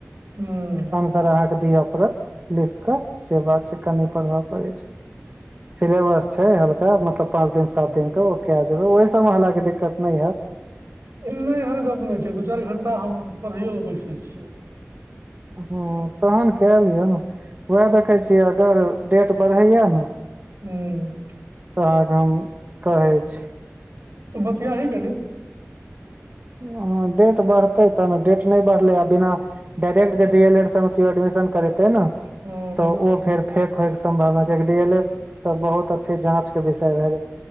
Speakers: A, on the right; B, on the right.
A: हूंम्म
B: सर अहाँ के दिअ पड़त लिख के सेवात छै कनि पढ़बय पड़े छै सिलेबस छै हल्का मतलब पाँच दिन सात दिनके ओ क जेबै ओहि सभमे हलाँकि दिक्कत नहि हए
A: नहि एहन गप नहि छै दू चारि घंटा हम पढ़ैयो ले बैसे छियै
B: हँ
A: तब
B: तहन
A: हँ,
B: कए लियौ ने उएह देखै छियै अगर डेट बढ़ैए ने
A: हूँ,
B: अहाँके हम कहै छी
A: तू बतिया ही कनी
B: हँ डेट बढ़तै तब ने डेट नहि बढ़लै आ बिना डायरेक्ट जे डी एल एड सब मे केओ एडमिशन करेते ने
A: हूँ,
B: तऽ ओ फेर फेक होयके सम्भवना कआकि डी एल ए सब बहुत अथी जाँचके विषय भए जा